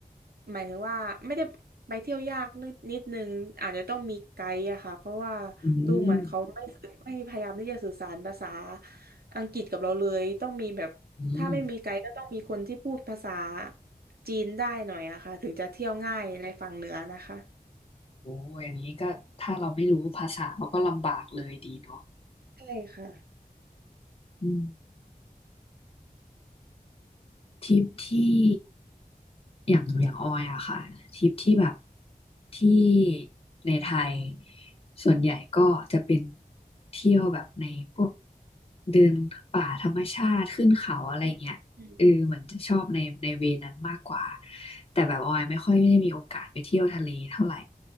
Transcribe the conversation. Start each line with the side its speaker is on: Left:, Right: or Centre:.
Right: หมายถึงว่าไม่ได้ไปเที่ยวยากนิดนิดนึงอาจจะต้องมีไกด์อะค่ะเพราะว่า
Left: อืม
Right: ดูเหมือนเขาไม่ไม่พยายามที่จะสื่อสารภาษาอังกฤษกับเราเลยต้องมีแบบถ้าไม่มีไกด์ก็ต้องมีคนที่พูดภาษา
Left: อืม
Right: จีนได้หน่อยอะค่ะถึงจะเที่ยวง่ายในฝั่งเหนือนะคะ
Left: โอ้อย่างนี้ก็ถ้าเราไม่รู้ภาษาเราก็ลำบากเลยดีเนาะ
Right: ใช่ค่ะ
Left: อืม ทริปที่อย่างอย่างออยอะค่ะทริปที่แบบที่ในไทยส่วนใหญ่ก็จะเป็นเที่ยวแบบในพวกเดินป่าธรรมชาติขึ้นเขาอะไรเงี้ยเออเหมือนจะชอบในในเวนั้นมากกว่า
Right: อืม
Left: แต่แบบออยไม่ค่อยได้มีโอกาสไปเที่ยวทะเลเท่าไหร่